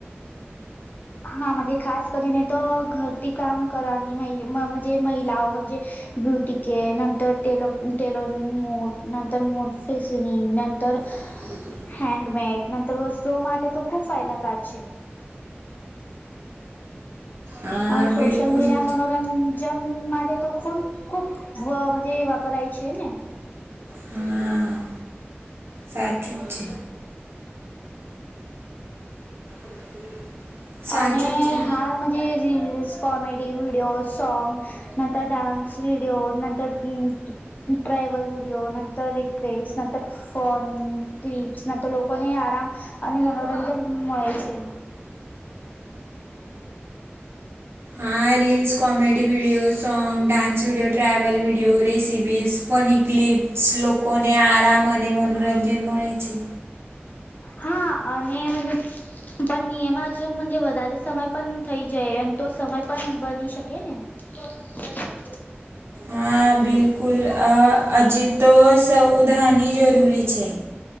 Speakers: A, on the left (about 45°); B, on the right (about 65°).
A: હા મંજે ખાસ કરીને તો ઘરથી કામ કરવાની હોય મમજે મહિલાઓ મંજે બ્યુટી કે નંતર ટેલર ટેલરનિંગ મોટ નંતર મોટ ફેસનિંગ નંતર
B: <unintelligible>
A: હેન્ડમેડ નંતર વસ્તુઓ માટે તો ખૂબ ફાયદાકાર છે.
B: હા
A: આ સોશલ
B: બિલકુલ
A: મીડિયામનો રંજન માટે તો ફોન ખુબ વ મંજે વાપરાય છે ને.
B: હા સાચું જ છે. <unintelligible> સાચું
A: અને
B: જ છે.
A: હા મંજે જે રીલ્સ કોમેડી વિડિયો સોંગ નંતર ડાન્સ વિડીયો નંતર ટ્રાયવલ વિડયો નંતર રિક્વેસ્ટ નંતર ફોન ક્લિપ્સ ના તો લોકોને આરામ અને મનોરંજન મળે છે.
B: આ reels comedy video song dance video travel video recipes funny clips લોકોને આરામ અને મનોરંજન મળે છે.
A: હા અને મંજે પણ નિયમ મંજે વધારે સમય પણ થઈ જાય અને તો સમય પણ બની શકે ને. બસ <unintelligible>
B: હા બિલકુલ અ હજી તો સવધાની જરૂરી છે.